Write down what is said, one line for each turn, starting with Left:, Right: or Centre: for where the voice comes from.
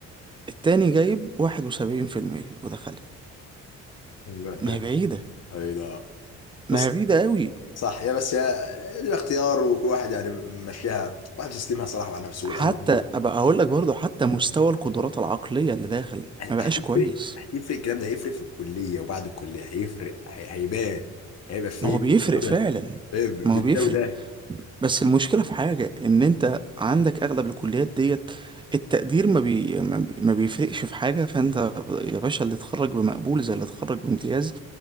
Right: التاني جايب 71% ودخلها
Left: <laughs>
Right: ما هي بعيدة
Left: بعيدة بص
Right: ما هي بعيدة قوي
Left: صح يا بس يا له اختيار وكل واحد يعني ماشيها واحد سيستمها صراحة مع نفسه
Right: حتى
Left: والأهل
Right: ابقى اقول لك برضو حتى مستوى القدرات العقلية اللي داخل
Left: يعني
Right: ما بقاش
Left: هتفرق
Right: كويس
Left: هتفرق الكلام ده هيفرق في الكلية وبعد الكلية هيفرق هي- هيبان هيبقى فيه
Right: ما هو بيفرق فعلا
Left: بالده
Right: ما هو بيفرق
Left: وده <laughs>
Right: بس المشكلة في حاجة ان انت عندك اغلب الكليات ديت التقدير ما بي... ما بي- ما بيفرقش في حاجة فانت يا باشا اللي اتخرج بمقبول زي اللي اتخرج بامتياز